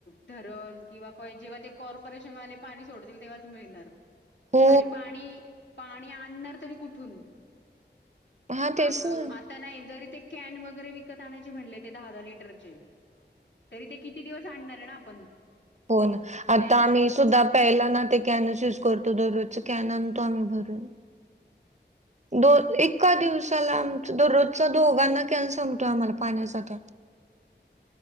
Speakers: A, on the left; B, on the right.
A: धरण.. किंवा, काय जेव्हा ते कॉर्पोरेशनवाले पाणी सोडतील तेव्हाच मिळणार.
B: हो.
A: आणि पाणी... पाणी आणणार तरी कुठून?
B: हा
A: <unintelligible>
B: तेच ना.
A: आता नाही जरी ते.. कॅन वगैरे विकत आणायचे म्हणले ते दहा दहा लिटरचे. तरी ते किती दिवस आणणार? <unintelligible>
B: होना, आता
A: त्यांना
B: आम्ही सुद्धा प्यायला ना ते कॅनच युज करतो. दररोजचा कॅन आणतो आम्ही भरून. दो एका दिवसाला आमचा दररोजचा दोघांना कॅन संपतोय आम्हाला. पाणीसाठा.